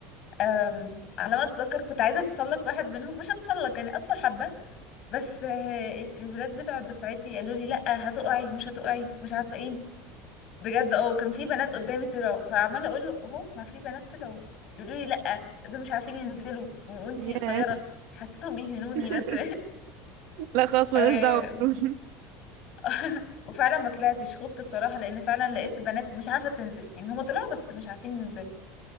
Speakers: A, on the left; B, on the right.
A: آم، على ما اتذكر كنت عايزه اتسلق واحد منهم مش اتسلق يعني اطلع حبه بس آه الولاد بتوع دفعتي قالوا لي لا هتقعي مش هتقعي مش عارفه ايه بجد اه وكان في بنات قدامي طلعوا فعماله اقول له اهو ما في بنات طلعوا يقولوا لي لا دول مش عارفين ينزلوا وانتي
B: ياه
A: قصيره حسيتهم بيهنوني
B: <laughs>
A: بس
B: لا خلاص ملناش
A: <laughs>
B: دعوة بدول
A: <laughs> وفعلا ما طلعتش خفت بصراحة لأن فعلا لقيت بنات مش عارفة تنزل يعني هما طلعوا بس مش عارفين ينزلوا